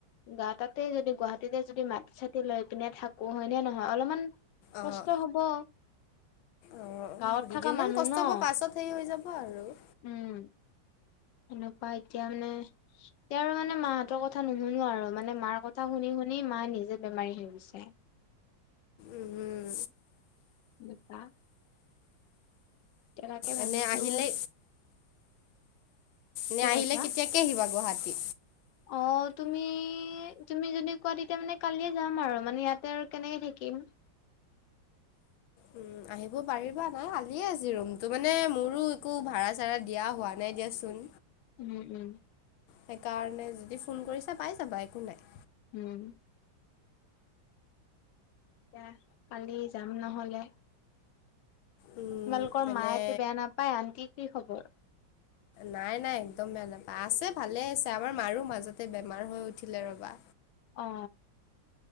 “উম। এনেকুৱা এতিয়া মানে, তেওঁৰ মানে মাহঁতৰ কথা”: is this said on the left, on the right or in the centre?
Left